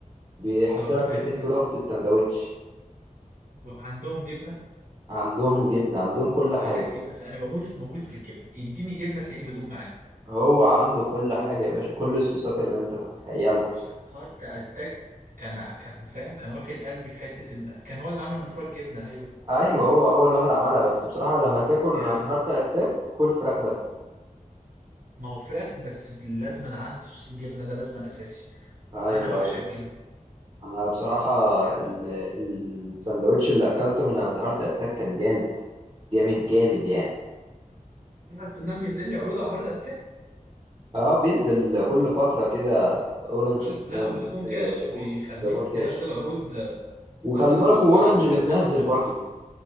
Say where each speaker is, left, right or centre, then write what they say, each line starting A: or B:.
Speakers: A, on the right; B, on the right.
A: بيحط
B: طعم
A: لك
B: حلو
A: 200
B: ده
A: جرام في الساندوتش
B: عندهم جبنه
A: عندهم جبنة عندهم كل حاجة
B: انا عايز جبنه س- انا بموت بموت في الجبن اديني جبنه تلاقيني بدوب معاها
A: هو عنده كل حاجة يا باشا كل الصوصات اللي انت تتخيلها
B: ش- هارت اتاك كان كان فاهم كان واخد قلبي في حته ال... كان هو اللي عامل نفرج جبنه ايوه
A: ايوه هو اول واحد عملها بس بصراحة لو هتاكل من
B: يا
A: عند هارت اتاك كل فراخ بس
B: ما هو فراخ بس لازم أنا عندي صوص الجبنه ده لازم أنا اساسي
A: ايوه
B: انا بعشق
A: ايوه
B: الجبن
A: انا بصراحه
B: يعني
A: ال- الساندوتش اللي اكلته من عند هارت اتاك كان جامد جامد جامد يعني
B: تعرف ان انا بينزل لي عروض على هارد اتاك
A: اه بينزل كل فتره كده اورنج
B: أنا...
A: بتنزل
B: لا فودافون
A: آه،
B: كاش
A: فودافون
B: بيخليك
A: فودافون كاش
B: تنزل عروض آه،
A: وخلي
B: تاخد
A: بالك
B: الوجبه
A: واورنج
B: على خ-
A: بتنزل
B: على خصم 200
A: برضو
B: جنيه